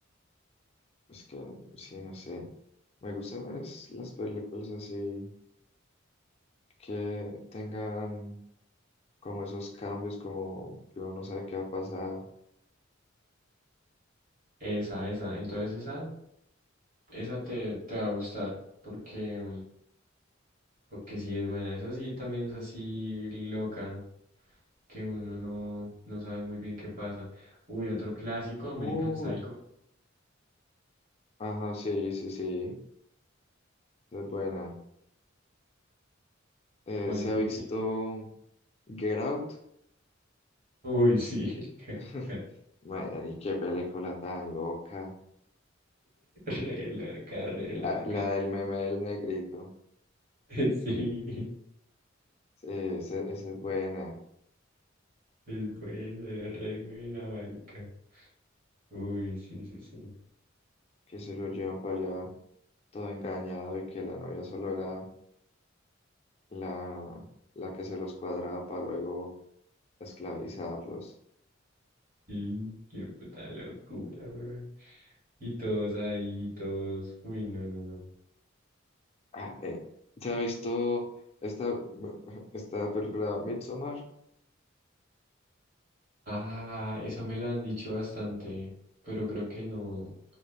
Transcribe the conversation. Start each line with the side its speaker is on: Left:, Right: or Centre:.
Left: Es que, sí, no sé. Me gustan es las películas así que tengan como esos cambios, como que uno no sabe qué va a pasar.
Right: Esa, esa. Entonces esa Esa te, te va a gustar porque, porque sí es buena. Esa sí también es así loca que uno no, no sabe muy bien qué pasa. Uy, otro clásico, American
Left: Uy.
Right: Psycho.
Left: Ajá, sí, sí, sí. Es buena. Eh,
Right: Bueno,
Left: ¿se
Right: Pulp
Left: ha visto
Right: Fiction.
Left: Get Out?
Right: Uy, sí. <laughs>
Left: <laughs> Madre, qué película tan loca.
Right: Re loca, re
Left: La,
Right: loca.
Left: la del meme del negrito.
Right: <laughs> Sí.
Left: Sí, esa, esa es buena.
Right: Es buena, es re buena, marica. Uy, sí, sí, sí.
Left: Que se lo llevan para allá todo engañado y que la novia solo era la, la que se los cuadraba para luego esclavizarlos.
Right: Sí, qué puta locura, weón. Y todos ahí, todos. Uy, no, no, no.
Left: Ah, eh, ¿se ha visto esta, <laughs> esta película Midsommar?
Right: Ah, esa me la han dicho bastante, pero creo que no.